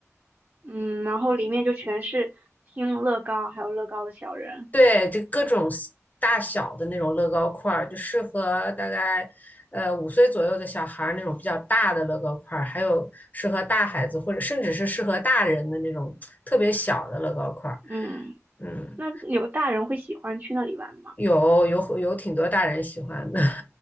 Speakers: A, on the right; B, on the left.
A: 嗯，然后里面就全是听乐高还有乐高的小人。
B: 对，就各种 s- 大小的那种乐高块儿，就适合大概呃五岁左右的小孩儿那种比较大的乐高块儿，还有适合大孩子或者甚至是适合大人的那种特别小的乐高块儿，
A: 嗯，
B: 嗯，
A: 那有大人会喜欢去那里玩吗？
B: 有有有挺多大人喜欢的。